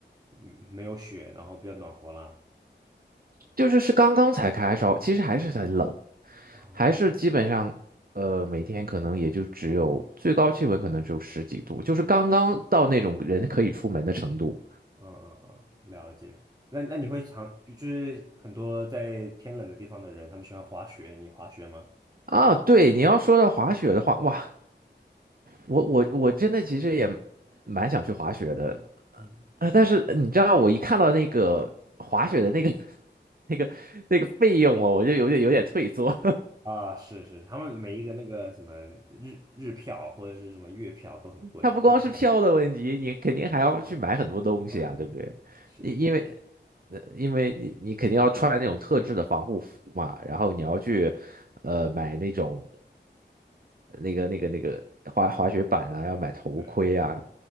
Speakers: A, on the right; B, on the right.
A: 嗯没有雪，然后比较暖和了？
B: 就是是刚刚才开烧，其实还是很冷，
A: 哦，
B: 还是基本上，呃，每天可能也就只有最高气温可能只有十几度，就是刚刚到那种人可以出门的程度
A: 嗯嗯嗯，了解。那那你会常就就是很多在天冷的地方的人，他们喜欢滑雪，你滑雪吗？
B: 啊。对，你要说到滑雪的话，哇，我我我真的其实也蛮想去滑雪的
A: 嗯，
B: 啊，但是你知道，我一看到那个滑雪的那个 <laughs> 那个那个费用哦，我就有点有点退缩。
A: 啊，是是，他们每一个那个什么日日票或者是什么月票都很贵，
B: 它不光是票的问题，
A: 季票
B: 你肯定还要去买很多东西啊，
A: 嗯，
B: 对不对？
A: 是，
B: 因因为，呃因为你你肯定要穿那种特制的防护服嘛，然后你要去，呃，买那种那个那个那个滑滑雪板啊，要买头盔啊，
A: 对，